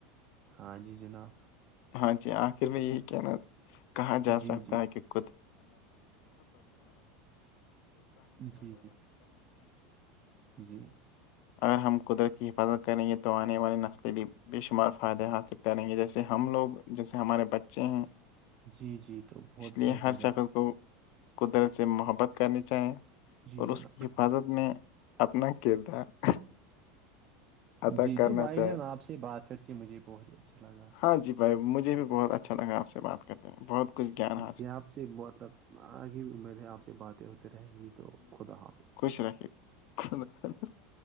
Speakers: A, on the right (about 35°); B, on the left (about 60°).
A: ہاں جی جناب
B: ہاں جی آخر میں یہی کہ ن کہا جا
A: جی
B: سکتا
A: جی
B: ہے کہ <inaudible>
A: جی جی جی
B: اگر ہم قدرت کی حفاظت کریں گے تو آنے والی نسلیں بھی بے شمار فائدے حاصل کریں گے جیسے ہم لوگ جیسے ہمارے بچے ہیں
A: جی جی تو بہت
B: اس لیے
A: بہت
B: ہر
A: بڑھیا
B: شخص اس کو قدرت سے محبت کرنی چاہیں
A: جی
B: اور
A: جناب
B: اس کی حفاظت میں اپنا کردار ادا
A: جی
B: کرنا
A: تو بھائی
B: چاہیے
A: جان آپ سے بات کر کے مجھے بہت ہی اچھا لگا
B: ہاں جی بھائی مجھے بھی بہت اچھا لگا آپ سے بات کرتے ہیں بہت کچھ گیان حاصل
A: جی آپ سے مطلب آگے بھی امید ہے آپ سے سے باتیں ہوتے رہیں گی تو خدا حافظ
B: ش رکھے <inaudible>